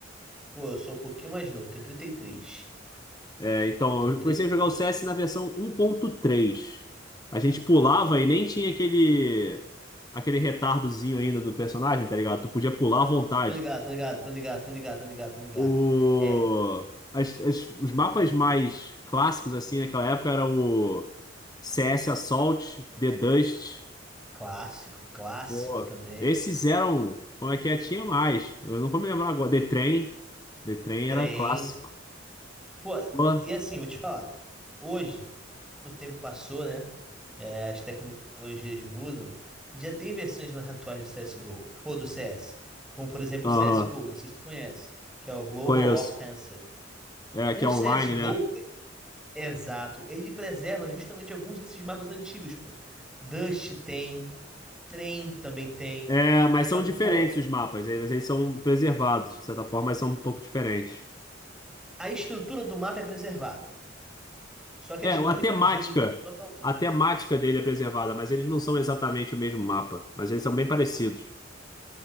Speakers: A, in the centre; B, on the left.
A: Pô, eu sou um pouquinho mais novo, tenho 33.
B: É, então,
A: Eu tenho
B: eu
A: 3
B: comecei a jogar
A: anos.
B: o CS na versão um ponto três A gente pulava e nem tinha aquele aquele retardozinho ainda do personagem, tá ligado? Tu podia pular à vontade.
A: Tô ligado, tô ligado, tô ligado, tô ligado, tô ligado, tô ligado.
B: O
A: É,
B: as- as- os mapas mais clássicos assim naquela época era o CS Assault, The Dust,
A: clássico, clássico
B: Pô,
A: também.
B: esse zero um, como é que é? Tinha mais. Eu não vou me lembrar agora. The Train. The Train
A: Trem.
B: era clássico.
A: Pô,
B: Pô,
A: e assim, vou te falar. Hoje, o tempo passou, né? É, as tecnologias mudam. Já tem versões mais atuais do CSGO, ou do CS. Como, por exemplo,
B: aham,
A: o CSGO, não sei se tu conhece, que é o Global
B: conheço.
A: Offensive.
B: É,
A: O
B: que é
A: CSGO,
B: online, né?
A: Exato. Ele preserva justamente alguns desses mapas antigos, pô. Dust tem, Trem também tem.
B: É, mas
A: Só
B: são
A: que,
B: diferentes
A: pô,
B: os mapas. Eles eles são preservados, de certa forma, mas são um pouco diferentes.
A: a estrutura do mapa é preservada. Só que
B: É,
A: a dinâmica
B: a temática.
A: do jogo muda totalmente.
B: A temática dele é preservada, mas eles não são exatamente o mesmo mapa. Mas eles são bem parecidos.